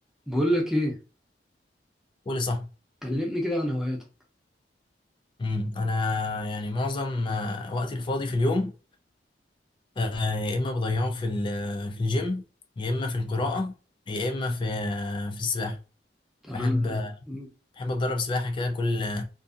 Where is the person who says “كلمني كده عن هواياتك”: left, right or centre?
Centre